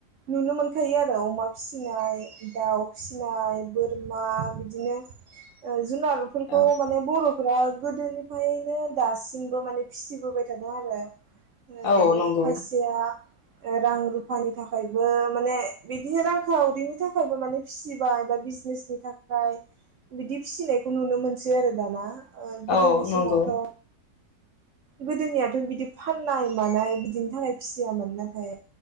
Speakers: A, on the right (about 65°); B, on the left (about 65°).
A: नुनो मोनखायो आरो अमा फिसिनाय दाउ फिसिनाय बोरमा बिदिनो जुनारफोरखौ
B: औ
A: माने बर फोरा गोदोनिफ्रायनो दासिमबो माने फिसिबोबाय थादों आरो
B: औ
A: बिदिनो
B: नंगौ
A: खायसेया रां रुफानि थाखायबो माने बिदिनो रांखावरिनि थाखायबो माने फिसिबाय बा बिजनेसनि थाखाय बिदि फिसिनायखौ नुनो मोनसै आरो दाना गोदोनि
B: औ नंगौ
A: समावथ गोदोनियाथ बिदि फाननाय मानाय बिदिनि थाखाय फिसियामोन नाथाय